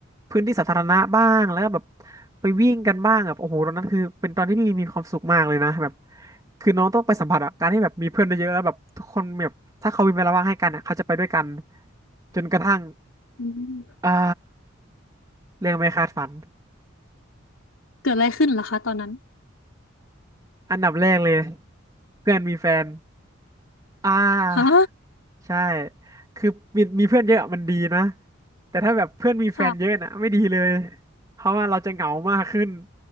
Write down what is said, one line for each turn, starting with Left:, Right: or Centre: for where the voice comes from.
Right: พื้นที่สาธารณะบ้างแล้วก็แบบไปวิ่งกันบ้างแบบโอ้โหตอนนั้นคือเป็นตอนที่พี่มีความสุขมากเลยนะแบบคือน้องต้องไปสัมผัสอะการที่แบบมีเพื่อนเยอะๆแล้วแบบทุกคนแบบถ้าเขามีเวลาว่างให้กันอะเขาจะไปด้วยกันจนกระทั่ง
Left: อืม
Right: อ่าเรื่องไม่คาดฝัน
Left: เกิดอะไรขึ้นเหรอคะตอนนั้น
Right: อันดับแรกเลยเพื่อนมีแฟนอ่า
Left: ฮะ
Right: ใช่ คือมีมีเพื่อนเยอะมันดีนะแต่ถ้าแบบเพื่อนมีแฟนเยอะนะไม่ดีเลย
Left: ค่ะ
Right: เพราะว่าเราจะเหงามากขึ้น